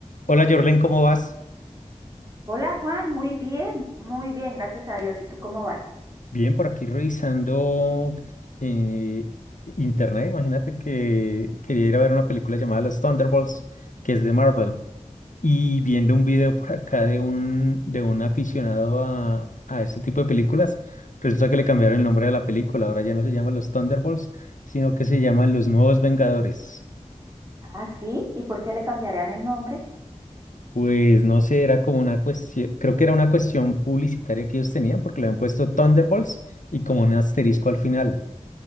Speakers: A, on the left (about 85°); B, on the right (about 25°).
A: Hola Jorlen, ¿cómo vas?
B: Hola Juan, muy bien, muy bien, gracias a Dios. ¿Y tú cómo vas?
A: Bien, por aquí revisando eh, internet. Imagínate que quería ir a ver una película llamada Los Thunderbolts, que es de Marvel, y viendo un video por acá de un, de un aficionado a, a este tipo de películas, resulta que le cambiaron el nombre de la película. Ahora ya no se llama Los Thunderbolts, sino que se llama Los Nuevos Vengadores.
B: Ah, sí, ¿y por qué le cambiarían el nombre?
A: Pues no sé, era como una cuestión, creo que era una cuestión publicitaria que ellos tenían, porque le habían puesto Thunderbolts y como un asterisco al final.